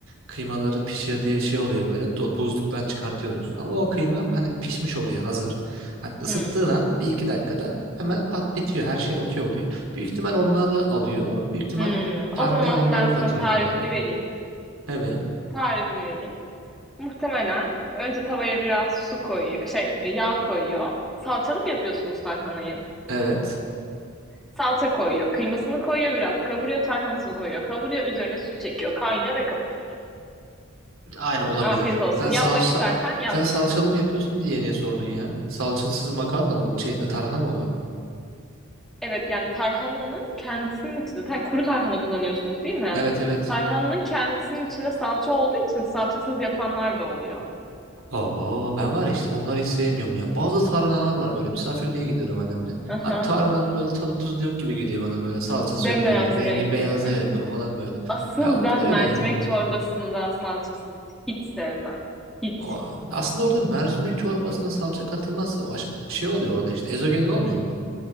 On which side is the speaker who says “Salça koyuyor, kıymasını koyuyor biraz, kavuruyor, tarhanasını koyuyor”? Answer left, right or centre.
Centre